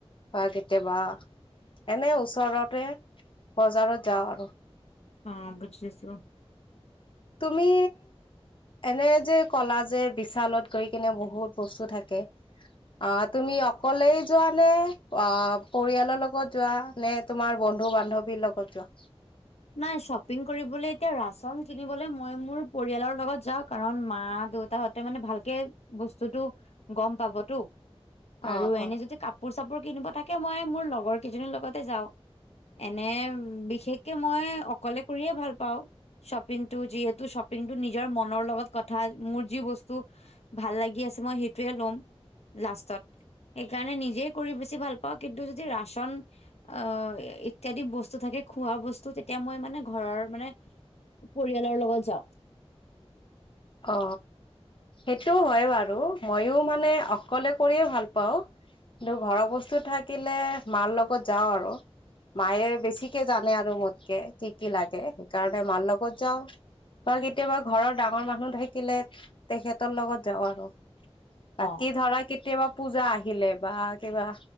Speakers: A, on the left; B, on the left.
A: হয়গে। কেতিয়াবা এনে ওচৰতে বজাৰত যাওঁ আৰু।
B: অ', বুজিছোঁ।
A: তুমি এনে যে কলা যে বিশালত গৈ কিনে বহুত বস্তু থাকে, আহ তুমি অকলেই যোৱা নে, আহ পৰিয়ালৰ লগত যোৱা নে, তোমাৰ বন্ধু-বান্ধৱীৰ লগত যোৱা?
B: নাই শ্বপিং কৰিবলৈ এতিয়া ৰাচন কিনিবলৈ মই মোৰ পৰিয়ালৰ লগত যাওঁ কাৰণ মা দেউতাহতে মানে ভালকে বস্তুটো গম পাবতো।
A: অ',
B: আৰু এনে
A: অ',
B: যদি কাপোৰ চাপোৰ কিনিব থাকে মই মোৰ লগৰ কেইজনীৰ লগতে যাও এনে বিশেষ <unintelligible> তিয়া মই অকলে কৰিয়ে ভাল পাওঁ শ্বপিংটো, যিহেতু শ্বপিংটো নিজৰ মনৰ লগত কথা, মোৰ যি বস্তু ভাল লাগি আছে মই সেইটোয়ে ল'ম লাষ্টত, সেইকাৰণে নিজে কৰি বেছি ভাল পাওঁ, কিন্তু যদি ৰাচন আহ ইত্যাদি বস্তু থাকে খোৱা বস্ত তেতিয়া মই মানে ঘৰৰ মানে পৰিয়ালৰ লগত যাও
A: অ সেইটো হয় বাৰু মইো মানে অকলে কৰিয়ে ভাল পাওঁ কিন্তু ঘৰৰ বস্তু থাকিলে মাৰ লগত যাওঁ আৰু মায়ে বেছিকে জানে আৰু মোতকে কি কি লাগে সেইকাৰণে মাৰ লগত যাওঁ বা কেতিয়াবা ঘৰৰ ডাঙৰ ডাঙৰ মানুহ থাকিলে তেখেতৰ লগত যাওঁ আৰু বাকি
B: অ'।
A: ধৰা কেতিয়াবা পূজা আহিলে বা কিবা